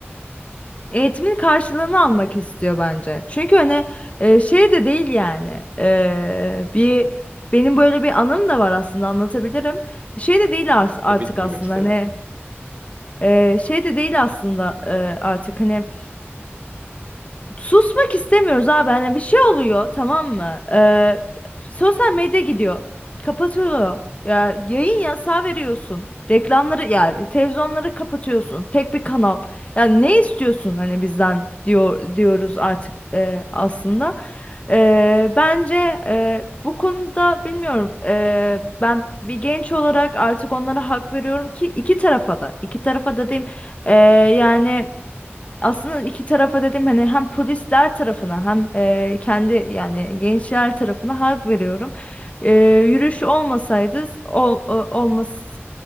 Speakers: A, on the left (about 30°); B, on the right (about 35°).
A: Eğitimin karşılığını almak istiyor bence. Çünkü hani e, şey de değil yani. E, bir benim böyle bir anım da var aslında anlatabilirim. Şey de değil ars- artık
B: tabii dinlemek
A: aslında
B: isterim.
A: hani e, şey de değil aslında e, artık hani Susmak istemiyoruz abi. Hani bir şey oluyor tamam mı? Ee, sosyal medya gidiyor. Kapatılıyor. Ya yayın yasağı veriyorsun. Reklamları ya televizyonları kapatıyorsun. Tek bir kanal. Ya ne istiyorsun hani bizden diyor diyoruz artık e, aslında. Ee, bence e, bu konuda bilmiyorum. Ee, ben bir genç olarak artık onlara hak veriyorum ki iki tarafa da. iki tarafa da diyeyim. Ee, yani aslında iki tarafa dedim hani hem polisler tarafına hem e, kendi yani gençler tarafına hak veriyorum. E, yürüyüş olmasaydı ol, o- olmaz